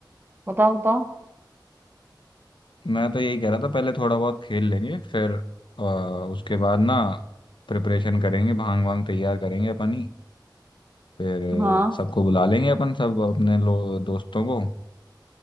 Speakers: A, on the right (about 25°); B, on the left (about 85°).
A: बताओ बताओ
B: मैं तो यही कह रहा था पहले थोड़ा बहुत खेल लेंगे फिर अ, उसके बाद ना प्रिपरेशन करेंगे भांग वांग तैयार करेंगे अपन ही फिर
A: हाँ
B: अ, सबको बुला लेंगे अपन सब अपने लो, दोस्तों को